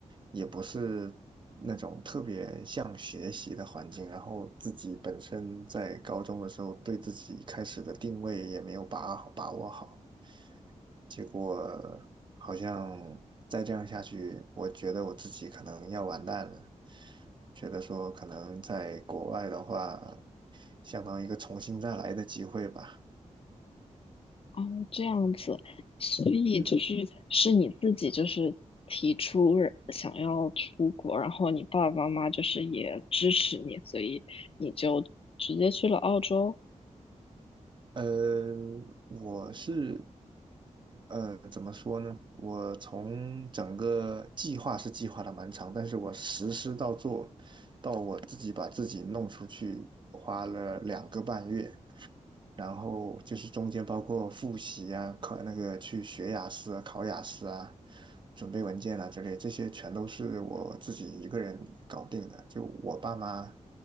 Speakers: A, on the right; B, on the left.
A: 也不是那种特别像学习的环境，然后自己本身在高中的时候对自己一开始的定位也没有把把握好，结果好像再这样下去，我觉得我自己可能要完蛋了，觉得说可能在国外的话，相当于一个重新再来的机会吧。
B: 哦，这样子，所以就是是你自己就是提出想要出国，
A: 嗯。
B: 然后你爸爸妈妈就是也支持你，所以你就直接去了澳洲。
A: 呃，我是呃，怎么说呢？我从整个计划是计划的蛮长，但是我实施到做，到我自己把自己弄出去，花了两个半月。然后就是中间包括复习啊，考那个去学雅思啊、考雅思啊、准备文件啊之类，这些全都是我自己一个人搞定的。就我爸妈，